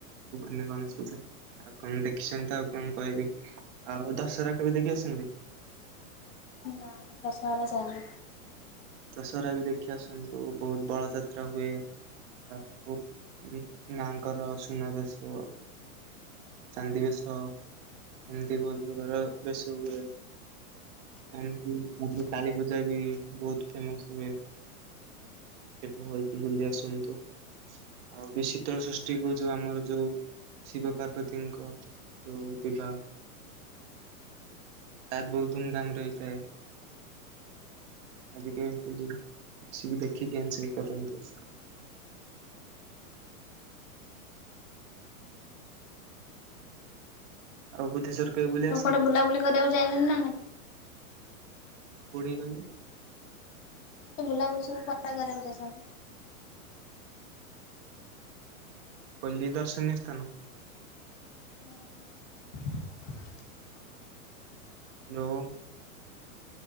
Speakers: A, on the right; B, on the left.
A: ଭୁବନ ଗଣେଶ ପୂଜା। ଆଉ କଣ ଦେଖିଚନ୍ତି ଆଉ କଣ କହିବି ଆଉ ଦଶହରା କେବେ ଦେଖି ଆସିଛନ୍ତି?
B: ନାଁ ଦଶହରା ଯାଇନି।
A: ଦଶହରା ବି ଦେଖି ଆସନ୍ତୁ, ବହୁତ୍ ବଳ ଯାତ୍ରା ହୁଏ। ଆଉ ଉମ୍ ମାଙ୍କର ସୁନାବେଶ ଚାନ୍ଦି ବେଶ ଏମତି ବହୁତ୍ ପ୍ରକାର ବେଶ ହୁଏ। <unintelligible>
B: ହୁଁ।
A: କାଳୀ ପୂଜା ବି ବହୁତ୍ ଫୁଁ ସିଏ କେବେ ଏମତି ବୁଲି ଆସନ୍ତୁ ଆଉ ବେଶୀ ଶୀତଳ ଷଷ୍ଠୀ କୁ ଯୋଉ ଆମର ଯୋଉ ଶିବ ପାର୍ବତୀଙ୍କ ଯୋଉ ବିବାହ ଆ ବହୁତ୍ ଧୁମଧାମରେ ହେଇଥାଏ। ଆଜିକାଲି ବୁଲି ଆସିକି ଦେଖିକି <unintelligible> ଆଉ ବୁଦ୍ଧେଶ୍ୱର କେବେ
B: ଆଉ
A: ବୁଲି
B: କଣ
A: ଆସନ୍ତି?
B: କୁଆଡେ ବୁଲାବୁଲି କରିବାକୁ ଜାଇଁଚନ୍ତି ନା ନାଇଁ?
A: କୋଉଠିକି କହିଲେ?
B: ମୋତେ ବୁଲାବୁଲି ସୁ <unintelligible> କରିବାକୁ ଯାଇଚନ୍ତି?
A: କହିଲି ଦର୍ଶନୀୟ ସ୍ଥାନ।
B: ହୁଁ ହୁଁ।
A: ଲୋ